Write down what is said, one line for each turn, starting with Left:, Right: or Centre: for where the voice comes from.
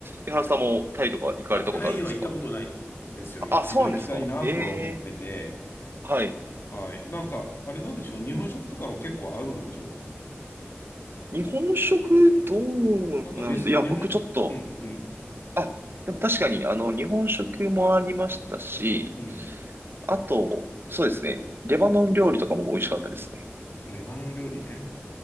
Right: 井原さんもタイとか行かれたことあるんですか
Left: あ、タイは行ったことないんですよ。一度行きたいなとは思ってて。
Right: あ、そうなんですか。ええはい。
Left: はい。なんか、あれなんでしょう日本食とかも結構あるんでしょ
Right: 日本食どうなんだいや、
Left: なんかレスト、日本、
Right: 僕ちょっと
Left: うん、うん、
Right: あ、でも確かに、あの、日本食もありましたし、
Left: うん。
Right: あと、そうですね、レバノン料理とかも美味しかったですね。
Left: レバノン料理ね。